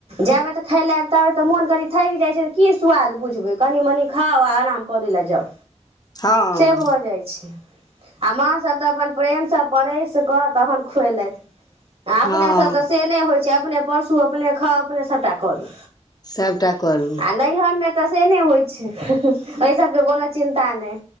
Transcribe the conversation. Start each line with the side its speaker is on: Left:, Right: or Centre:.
Right: जाबे तऽ खाय ले आब तबे त मोन करी थकि जाइ छै की स्वाद बुझबे क तनी मनी खाउ आ आराम करै ल जाउ
Left: हँ
Right: से भऽ जाइ छै आ माँ सभ तऽ अपन प्रेमसँ परस कऽ तखन खुएलथि आ अपनेसँ
Left: हँ
Right: तऽ से नहि होइत छै अपने परसू अपने खाउ अपने सभटा करू
Left: सभटा करू
Right: आ नैहरमे तऽ से ने होइ छै एहि सबके कोनो चिन्ता नहि